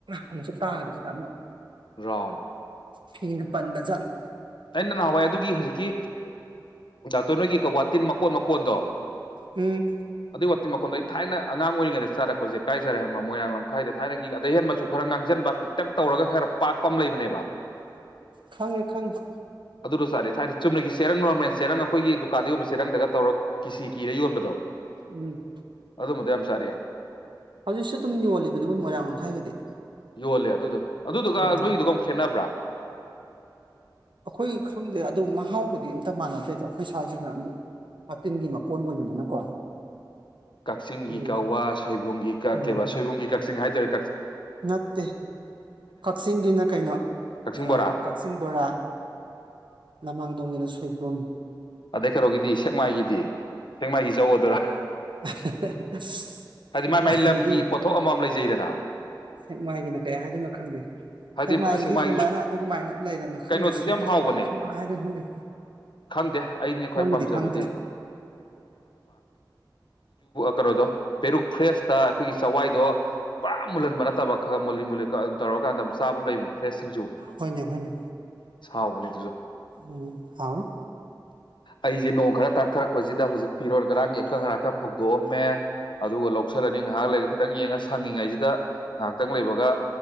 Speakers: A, on the right; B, on the left.
A: ꯑꯃꯨꯛꯁꯨ ꯇꯥꯈ꯭ꯔꯁꯤꯗ ꯑꯃ
B: ꯔꯥꯎꯟ
A: ꯀꯅꯦ ꯄꯟꯕꯖꯅꯤꯦ
B: ꯑꯩꯅ ꯅꯍꯥꯟꯋꯥꯏ ꯑꯗꯨꯒꯤ ꯍꯧꯖꯤꯛꯀꯤ ꯗꯥꯛꯇꯣ ꯅꯣꯏꯒꯤ ꯋꯥꯇꯤꯟ ꯃꯀꯣꯟ ꯃꯀꯣꯟꯗꯣ
A: ꯎꯝ
B: ꯑꯗꯨꯏ ꯋꯥꯇꯤꯟ ꯃꯈꯣꯟꯗꯣ ꯑꯩ ꯊꯥꯏꯅ ꯑꯉꯥꯡ ꯑꯣꯏꯔꯤꯉꯩꯗ ꯆꯥꯔꯛꯄꯁꯦ ꯀꯥꯏ ꯆꯔꯦ ꯍꯥꯏꯕ꯭ꯔ ꯃꯣꯏꯔꯥꯡ ꯂꯝꯈꯥꯏꯗ ꯊꯥꯏꯅꯒꯤ ꯑꯗꯒꯤꯩ ꯍꯦꯟ ꯃꯆꯨ ꯈꯔ ꯉꯥꯡꯁꯤꯟꯕ ꯄꯤꯛꯇꯛ ꯇꯧꯔꯒ ꯈꯔ ꯄꯥꯛꯄ ꯑꯃ ꯂꯩꯕꯅꯦꯕ
A: ꯈꯪꯉꯦ ꯈꯪꯉꯦ
B: ꯑꯗꯨꯗ ꯆꯥꯔ ꯊꯥꯏꯅ ꯆꯨꯝꯅꯒꯤ ꯆꯦꯔꯪ ꯅꯣꯔꯃꯦꯜ ꯆꯦꯔꯪ ꯑꯩꯈꯣꯏꯒꯤ ꯗꯨꯀꯥꯟꯗ ꯌꯣꯟꯕ ꯆꯦꯔꯪꯗꯒ ꯇꯧꯔꯒ ꯀꯤꯁꯤ ꯀꯤꯔ ꯌꯣꯟꯕꯗꯣ
A: ꯎꯝ
B: ꯑꯗꯨꯝꯕꯗ ꯌꯥꯝ ꯆꯥꯔꯛꯑꯦ
A: ꯍꯧꯖꯤꯛꯁꯨ ꯑꯗꯨꯝ ꯌꯣꯜꯂꯤꯕꯅꯦꯕꯣꯏ ꯃꯣꯏꯔꯥꯡ ꯂꯝꯈꯥꯏꯒꯤꯗꯤ
B: ꯌꯣꯜꯂꯦ ꯑꯗꯨꯗꯣ ꯑꯗꯨꯗꯨꯒ
A: ꯎꯝ
B: ꯅꯣꯏꯒꯤꯗꯨꯒ ꯑꯃꯨꯛꯦꯠꯅꯕ꯭ꯔꯥ
A: ꯑꯩꯈꯣꯏ ꯈꯪꯗꯦ ꯑꯗꯨ ꯃꯍꯥꯎꯕꯨꯗꯤ ꯑꯝꯇ ꯃꯥꯟꯅꯗꯦꯗ ꯑꯩꯈꯣꯏ ꯁꯥꯋꯥꯏꯁꯤꯅꯛ ꯃꯇꯤꯟꯒꯤ ꯃꯀꯣꯟ ꯑꯣꯏꯕꯅꯤꯅꯀꯣ
B: ꯀꯛꯆꯤꯡꯒꯤ
A: ꯎꯝ
B: ꯀ ꯁꯣꯏꯕꯨꯝꯒꯤꯛ ꯀ
A: ꯎꯝ
B: ꯁꯣꯏꯕꯨꯝꯒꯤ ꯀꯛꯆꯤꯡ ꯁꯤꯡ ꯍꯥꯏꯖꯔꯦ
A: ꯅꯠꯇꯦ ꯀꯛꯆꯤꯡꯒꯤꯅ ꯀꯩꯅꯣ
B: ꯀꯛꯆꯤꯡ ꯕꯣꯔꯥ
A: ꯀꯛꯆꯤꯡ ꯕꯣꯔꯥ ꯂꯃꯥꯡꯗꯣꯡꯒꯤꯅ ꯁꯣꯏꯕꯨꯝ
B: ꯑꯗꯩ ꯀꯩꯅꯣꯒꯤꯗꯤ ꯁꯦꯛꯃꯥꯏꯒꯤꯗꯤ ꯁꯦꯡꯃꯥꯏꯒꯤ ꯆꯧꯧꯕꯗꯨꯔꯥ
A: <unintelligible>
B: ꯍꯥꯏꯗꯤ
A: ꯁꯦꯛꯃꯥꯏꯒꯤꯗꯤ
B: ꯃꯥꯏ ꯃꯥꯏ ꯂꯝꯒꯤ ꯄꯣꯊꯣꯛ ꯑꯃꯃꯝ ꯂꯩꯖꯩꯗꯅ
A: ꯁꯦꯛꯃꯥꯏꯒꯤꯅ ꯀꯩ ꯍꯥꯏꯗꯣꯏꯅꯣ ꯈꯪꯗꯦ
B: ꯍꯥꯏꯗꯤ
A: ꯁꯦꯛꯃꯥꯏꯒꯤꯗꯤ
B: ꯁꯦꯛꯃꯥꯏꯒꯤꯁꯨ
A: ꯑꯗꯨꯃꯥꯏꯅ ꯑꯗꯨꯃꯥꯏꯅ ꯂꯩꯔꯕꯝꯅꯣ
B: ꯀꯩꯅꯣꯗꯨꯁꯨ
A: ꯈꯪꯗꯦ ꯁꯤꯡ
B: ꯌꯥꯝ ꯍꯥꯎꯕꯅꯦ
A: ꯁꯦꯛꯃꯥꯏ ꯈꯪ ꯍꯥꯏꯗꯅ ꯈꯪꯗꯦ
B: ꯈꯪꯗꯦ ꯑꯩꯅ ꯈ꯭ꯋꯥꯏ
A: ꯃꯣꯏꯒꯤꯗꯤ
B: ꯄꯥꯝꯖꯕꯗꯤ
A: ꯈꯪꯗ꯭ꯔꯦ
B: ꯀꯣꯗꯣ ꯄꯦꯔꯨꯛ ꯐ꯭ꯔꯦꯁ ꯇꯥ ꯑꯩꯈꯣꯏꯒꯤ ꯆꯋꯥꯏꯗꯣ ꯄꯨꯔꯥ ꯃꯨꯍꯟ ꯅꯠꯇꯕ ꯈꯔ ꯃꯨꯜꯂꯤ ꯃꯨꯜꯂꯤꯂ ꯈꯒ ꯑꯗꯨ ꯇꯧꯔꯀꯥꯟꯗꯝ ꯆꯥꯕ ꯂꯩꯕꯅꯤ ꯐ꯭ꯔꯦꯁꯁꯤꯡꯁꯨ
A: ꯍꯅꯦ ꯍꯅꯦ
B: ꯁꯥꯥꯎꯕꯅꯤ
A: ꯎꯝ ꯍꯥꯎꯣꯏ
B: ꯑꯩꯁꯦ ꯅꯣꯡ ꯈꯔ ꯇꯥꯛꯊꯔꯛꯄꯁꯤꯗ ꯍꯧꯖꯤꯛ ꯐꯤꯔꯣꯜ ꯉꯔꯥꯡꯒꯤ ꯑꯀꯪ ꯉꯔꯥꯡ ꯈ ꯐꯧꯗꯣꯛꯑꯝꯃꯦ ꯑꯗꯨꯒ ꯂꯧꯁꯤꯜꯂꯅꯤ ꯉꯥꯏꯍꯥꯛ ꯂꯩꯔꯒ ꯈꯤꯇꯪ ꯌꯦꯡꯉ ꯁꯪꯉꯤꯉꯩꯁꯤꯗ ꯉꯥꯏꯍꯥꯛꯇꯪ ꯂꯩꯕꯒ